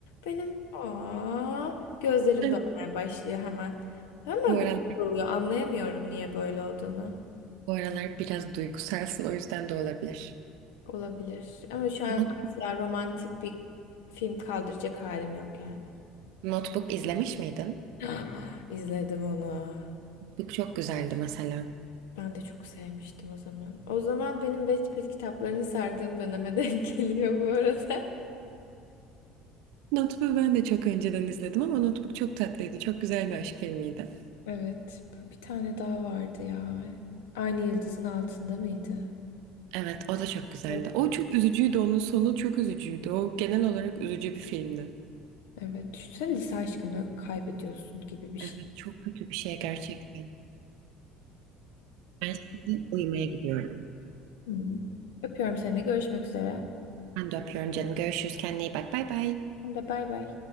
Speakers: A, on the left; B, on the right.
A: benim aa, gözlerim
B: Ben
A: dolmaya başlıyor hemen. Ama
B: Bu
A: gözüm
B: aralar,
A: doluyor. Anlayamıyorum niye böyle olduğunu.
B: bu aralar biraz duygusalsın o yüzden de olabilir.
A: Olabilir. Ama şu an
B: Not-
A: asla romantik bir film kaldıracak halim yok yani.
B: Notebook izlemiş miydin?
A: <gasps> İzledim onu.
B: Notebook çok güzeldi mesela.
A: Ben de çok sevmiştim o zaman. O zaman benim Wattpad kitaplarını sardığım döneme <laughs> denk geliyor bu arada.
B: Notebook'u ben de çok önceden izledim ama Notebook çok tatlıydı. Çok güzel bir aşk filmiydi.
A: Evet, bu bir tane daha vardı ya. Aynı yıldızın altında mıydı?
B: Evet, o da çok güzeldi.
A: O-
B: O çok üzücüydü, onun sonu çok üzücüydü. O genel olarak üzücü bir filmdi.
A: Evet, düşünsene lise aşkını kaybediyorsun gibi bir şey.
B: Evet çok kötü bir şey gerçekten. Ben şimdi uyumaya gidiyorum.
A: Hmm. Öpüyorum seni, görüşmek üzere.
B: Ben de öpüyorum canım. Görüşürüz. Kendine iyi bak. Bay bay.
A: Ben de bay bay.